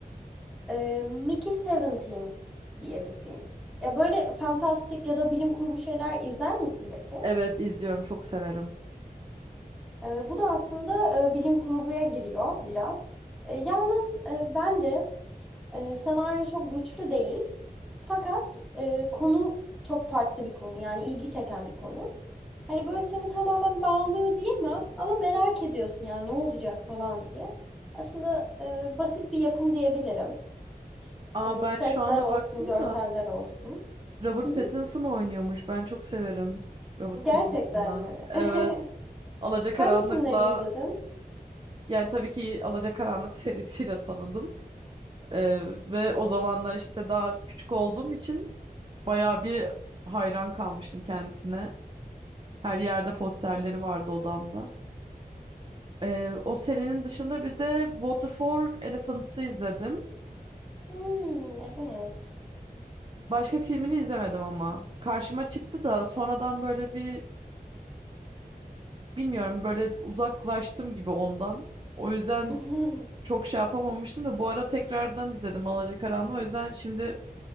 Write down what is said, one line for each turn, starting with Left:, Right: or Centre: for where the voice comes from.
Centre: Ee, Mickey Seventeen diye bir film. Ya böyle fantastik ya da bilim kurgu şeyler izler misin peki?
Right: Evet izliyorum çok severim.
Centre: Ee, bu da aslında e, bilim kurguya giriyor biraz. E, yalnız e, bence E, senaryo çok güçlü değil. Fakat e, konu çok farklı bir konu. Yani ilgi çeken bir konu. Hani böyle seni tamamen bağlıyor diyemem ama merak ediyorsun yani ne olacak falan diye. Aslında e, basit bir yapım diyebilirim.
Right: Aa
Centre: Hani
Right: ben
Centre: sesler
Right: şu anda
Centre: olsun,
Right: baktım
Centre: görseller
Right: da
Centre: olsun.
Right: Robert
Centre: Hı hı.
Right: Pattinson oynuyormuş. Ben çok severim Robert
Centre: Gerçekten
Right: Pattinson'ı.
Centre: mi?
Right: Evet.
Centre: <laughs>
Right: Alacakaranlık'la
Centre: Hangi filmlerini izledin?
Right: yani tabii ki Alacakaranlık serisiyle tanıdım. Ee, ve o zamanlar işte daha küçük olduğum için bayağı bir hayran kalmıştım kendisine. Her yerde posterleri vardı odamda. Ee, o serinin dışında bir de Water for Elephants'ı izledim.
Centre: Hmm, evet.
Right: Başka filmini izlemedim ama. Karşıma çıktı da sonradan böyle bir bilmiyorum böyle uzaklaştım gibi ondan. O yüzden
Centre: <laughs>
Right: çok şey yapamamıştım da bu ara tekrardan izledim Alacakaranlığı. O yüzden şimdi